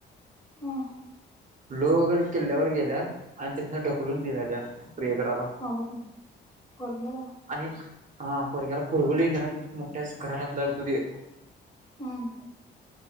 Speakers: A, on the left; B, on the right.
A: हम्म
B: लोहगड किल्ल्यावर गेल्यात आणि तिथनं ढकलून दिल्या त्यात <unintelligible>
A: अगं पोरग्याला
B: आणि हा परग्याला पुरगली घरात मोठ्या <unintelligible>
A: हम्म!